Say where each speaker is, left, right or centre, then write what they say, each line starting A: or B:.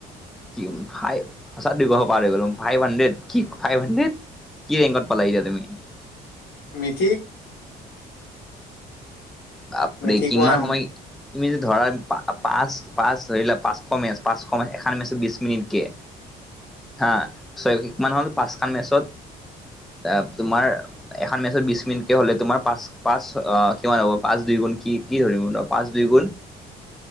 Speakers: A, in the centre; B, on the left (about 75°).
A: কি ফাই সঁচা দুইশ পাৰ হৈ গ'লো ফাইভ হাড্ৰেড, কি ফাইভ হাড্ৰেড? কি ৰেংকত পালা এতিয়া তুমি?
B: মিথি।
A: বাপৰে
B: মিথিক
A: কিমান
B: ওৱান
A: সময় তুমি ধৰা পাঁচ পাঁচ ধৰিলা পাঁচশ মেচ পাঁচশ মেচ এখন মেচত বিশ মিনিট কে। হা চয়শ কিমান হ'ল পাঁচখন মেচত? এ তোমাৰ এখন মেচত বিশ মিনিটকে হ'লে, তোমাৰ পাঁচ পাঁচ কিমান হ'ব? পাঁচ দুই গুণ কি কি ধৰিম, পাঁচ দুই গুণ